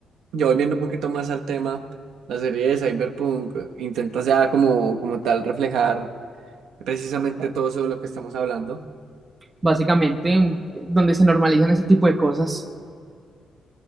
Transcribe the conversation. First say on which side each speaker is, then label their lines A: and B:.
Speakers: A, on the right (about 85°); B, on the right (about 25°).
A: ya volviendo un poquito más al tema, la serie de Cyberpunk intenta ya como, como tal reflejar precisamente todo eso de lo que estamos hablando.
B: básicamente, un- donde se normalizan ese tipo de cosas.